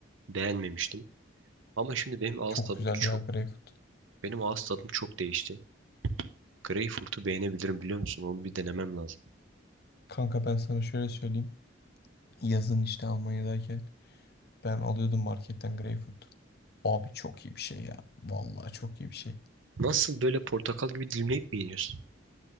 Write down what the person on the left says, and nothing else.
Çok
güzel
ya greyfurt.
Kanka ben sana şöyle söyleyeyim. Yazın işte Almanya'dayken ben alıyordum marketten greyfurt. Abi çok iyi bir şey ya. Vallahi çok iyi bir şey.